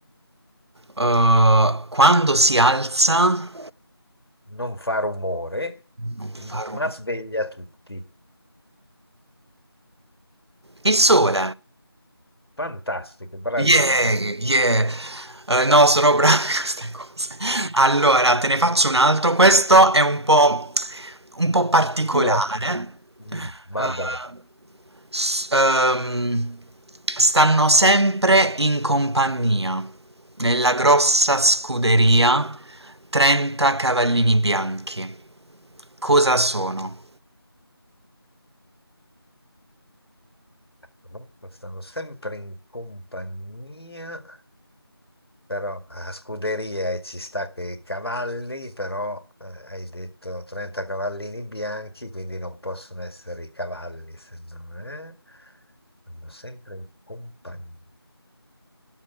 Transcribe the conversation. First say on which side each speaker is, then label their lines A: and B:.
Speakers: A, on the right; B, on the left.
A: Eh, quando si alza,
B: Non fa rumore,
A: non
B: m-
A: fa rumore.
B: ma sveglia tutti.
A: Il sole.
B: Fantastico, bravissimo.
A: Yeah, yeah. Eh, no, sono brava in queste cose. Allora, te ne faccio un altro. Questo è un po', un po' particolare.
B: Più ospiti. Mm, Vabbè.
A: Eh, s- ehm, stanno sempre in compagnia, nella grossa scuderia, 30 cavallini bianchi. Cosa sono?
B: Comunque Stanno sempre in compagnia, però a scuderia e ci sta che i cavalli, però eh, hai detto 30 cavallini bianchi, quindi non possono essere i cavalli, se no eh? Stanno sempre in compagnia.